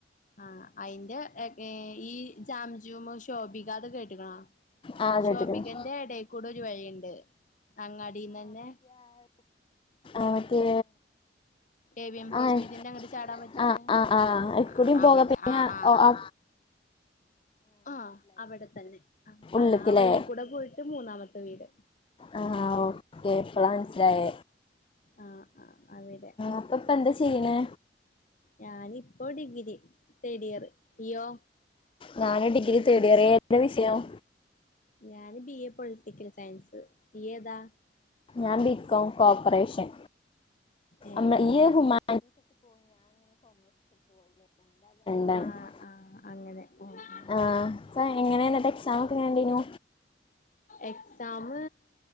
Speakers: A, on the left (about 45°); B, on the left (about 30°).
A: ആഹ് അയിന്റെ എകേ ഈ ജാം ജൂമ് ശോഭിക അത് കേട്ട്ണോ
B: ആ കേട്ടിട്ടുണ്ട്
A: ശോഭികന്റെ എടേയ്ക്കൂടെ ഒരു വഴിയിണ്ട് അങ്ങാടിന്നന്നെ
B: അതെ
A: എ വി എം ഹോസ്പിറ്റലിന്റെ
B: ആഹ്
A: അങ്ങട്ട് ചാടാൻ പറ്റണ
B: അഹ് അഹ് ആഹ് അയ്ക്കുടിം
A: ആഹ് അവിടെ
B: പോകാ പിന്നെ
A: ആഹ് ആഹ്
B: ഒ അ
A: ആഹ് അവിടെ തന്നെ ആ
B: ഉള്ളിലേക്കല്ലേ
A: ആ വഴി കൂടെ പോയിട്ട് മൂന്നാമത്തെ വീട്
B: ആ ഓക്കെ ഇപ്പോള മനസ്സിലായെ
A: ആഹ് ആഹ് അവിടെ
B: അപ്പൊപ്പ എന്താ ചെയ്യണേ
A: ഞാനിപ്പോ ഡിഗ്രി തെഡിയർ നീയോ
B: ഞാന് ഡിഗ്രി തെഡിയറ് ഏതാ വിഷയം
A: ഞാൻ ബി എ പൊളിറ്റിക്കൽ സയൻസ് ഈയ്യെതാ
B: ഞാൻ ബികോം കോപ്പറേഷൻ
A: ഏഹ്
B: ആം
A: ഏഹ്
B: ഇയു ഹ്യൂമ <unintelligible>
A: ആഹ് ആഹ് അങ്ങനെ ഉം ഉം
B: ആഹ് എങ്ങനെന്നിട്ട് എക്സാം ഓക്കേ എങ്ങനെ ഉണ്ടയിനു
A: എക്സാം